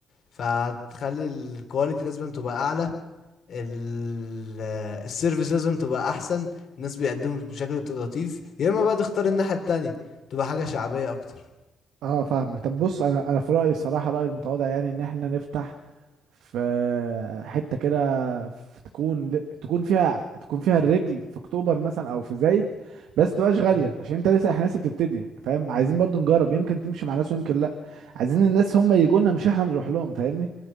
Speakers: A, on the left; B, on the right.
A: فهتخلي الكواليتي لازم تبقى اعلى ال- السيرفيس لازم تبقى احسن الناس بيقدموا بشكل لطيف يا اما بقى تختار الناحية التانية تبقى حاجة شعبية اكتر
B: أه فاهمك طب بص أنا أنا في رأيي الصراحة رأيي المتواضع يعني إن إحنا نفتح في حتة كده في تكون تكون فيها تكون فيها الرجل في اكتوبر مثلا او في زايد بس متبقاش غالية
A: مم.
B: عشان انت لسه احنا لسه بتبتدي فاهم عايزين برضو نجرب يمكن تمشي مع ناس ويمكن لا عايزين الناس هم يجوا لنا مش احنا نروح لهم فاهمني